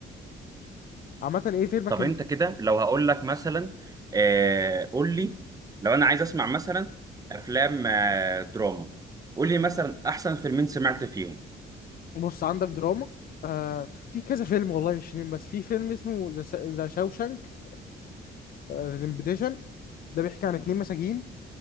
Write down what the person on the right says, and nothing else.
طب
انت كده لو هقول لك مثلا آه قول لي لو انا عايز اسمع مثلا افلام آه دراما قول لي مثلا احسن فيلمين سمعت فيهم